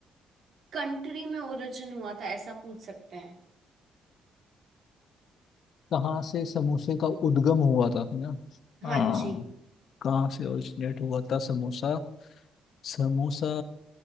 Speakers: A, on the right; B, on the left.
A: कंट्री में ओरिजिन हुआ था ऐसा पूछ सकते हैं
B: कहाँ से समोसे का उद्गम हुआ था है ना हाँ
A: हाँ जी
B: कहाँ से ओरिजिनेट हुआ था समोसा समोसा